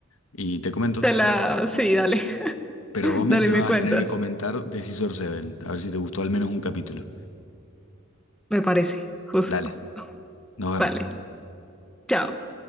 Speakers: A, on the left; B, in the centre.
A: y te comento.
B: Te la, sí, dale,
A: Pero
B: <laughs>
A: vos me
B: dale,
A: te
B: me
A: vas
B: cuentas.
A: a tener que comentar de Scissor Seven, a ver si te gustó al menos un capítulo.
B: Me parece, justo.
A: Dale, nos vemos.
B: Vale, chao.